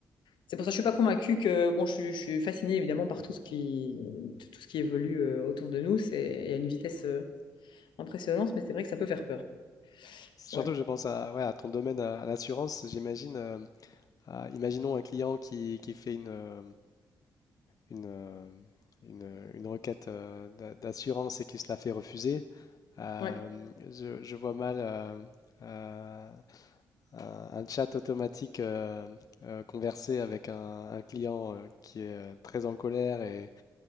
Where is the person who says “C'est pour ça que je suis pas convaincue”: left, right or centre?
Left